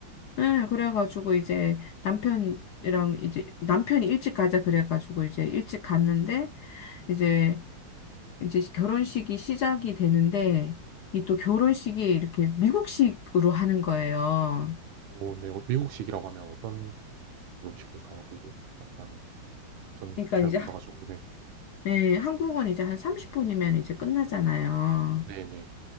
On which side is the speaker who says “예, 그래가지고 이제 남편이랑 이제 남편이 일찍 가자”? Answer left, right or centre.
Left